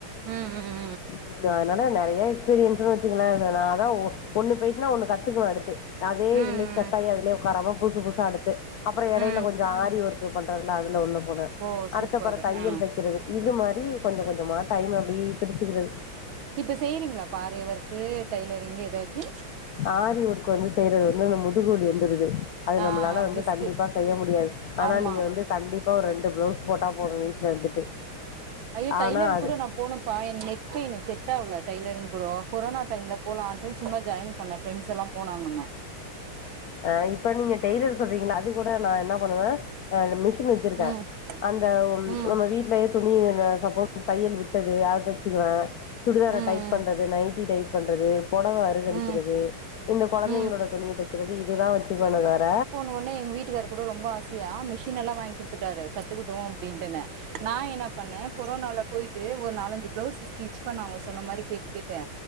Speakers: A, on the right; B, on the left.
A: ம் ம்
B: ம் அதனால நெறைய எக்ஸ்பீரியன்ஸ்ன்னு வச்சுங்களே நா அதா ஓ ஒன்னு போயிட்னா ஒன்னு கத்துக்குவ அடுத்து அதே
A: ம்
B: இதுல செக்காய்
A: ம்
B: அதுலியே உக்காரம புதுசு புதுசா அடுத்து அப்றோ எடையில
A: ம்
B: கொஞ்சோ ஆரி ஒர்க்கு பண்றதுல அதுல உள்ள போனே
A: ஓ
B: அடுத்து
A: சூப்பர்
B: அப்றோ தையல்
A: ஆ
B: தைக்கிறது இது மாரி கொஞ்சோ கொஞ்சோமா டைம்ம அப்டி பிரிச்சுக்கிறது
A: இப்ப செய்றீங்களா ப்பா ஆரிஒர்க்கு டைலரிங் ஏதாச்சு
B: ஆரி ஒர்க்கு வந்து செய்யறது வந்து அந்த முதுகுவலி வந்துடுது அது
A: ஆ
B: நம்மளால வந்து
A: ரிஸ்க்கு
B: கண்டிப்பா செய்ய முடியாது ஆனா
A: ஆமா
B: நீங்க வந்து கண்டிப்பா ஒரு ரெண்டு பிளவுஸ் போட்டா போது வீட்டுல இருந்துட்டு
A: ஐயோ டைலரிங்
B: ஆனா அது
A: கூட நா போனப்பா எனக் நெக்பெயினு செட் டாவுல டைலரிங் ப்ரோ கொரோனா டைம்ல போலான்ட்டு சும்மா ஜாயின் பண்ணே ஃப்ரெண்ட்ஸ்லா போனாங்கன்னு
B: அ இப்ப நீங்க டெய்லர் சொல்றீங்களா அது கூட நா என்ன பண்ணுவே அது மிஷினு வச் சிருக்கே
A: ம்
B: அந்த
A: ம்
B: நம்ம வீட்டுலயே துணி நா சப்போஸ் தையல் விட்டது அத தச்சிருவே சுடிதார
A: ம் ம்
B: டைட் பண்றது நைட்டி டைட் பண்றது பொடவ அருகடிக்கிறது
A: ம்
B: இந்த கொழந்தைங்களோட
A: ம்
B: துணிய தைக் சிலது அது இதுதா வச்சுக்குவனே தவர
A: உடனே எங்க வீட்டுக்காரரு கூட ரொம்ப ஆசையா மிஷின் எல்லா வாங்கி குடுத்துட்டாரு கத்துக்கிட்டு அப்டின்னு நா என்னா பண்ணே கொரோனால போய்ட்டு ஒரு நாலஞ்சு பிளவுஸ் ஸ்டிச் பண்ண அவுங்க சொன்ன மாரி கேட்டு கேட்டு